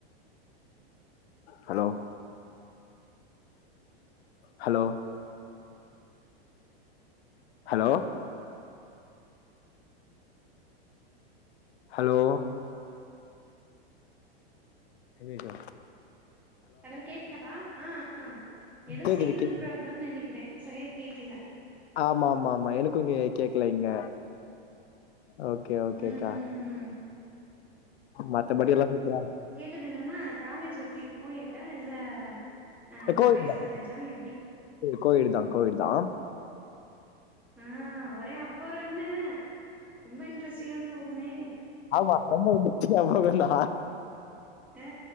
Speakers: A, on the left (about 85°); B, in the centre.
A: ஹலோ ஹலோ ஹலோ ஹலோ அய்யய்ய
B: ஹலோ கேக்குதாப்பா ஆ ஏதோ
A: கேக்குது
B: சிக்னல்
A: கேக்குது.
B: ப்ராப்ளம்னு நினைக்கிறே சரியா கேக்கல
A: ஆமா ஆமா ஆமா எனக்கு கேக்கல இங்க ஓகே ஓகேக்கா
B: ம் ம் ம்
A: மத்தபடி எல்லா சுப்பாரா இருக்கு
B: து என்னன்னா காலேஜ் எப்படி கோயட்ட இல்ல ஆ
A: கோயட்
B: பாய்ஸ்
A: தா
B: காலேஜா எப்டி
A: கோயட் தா கோயட் தா
B: ஆ ஒரே அப்போறென்ன ரொம்ப இன்ட்ரெஸ்ட்டிங்கா போகுமே
A: ஆமா ரொம்ப இல்ல நாம எப்பினா
B: ஆ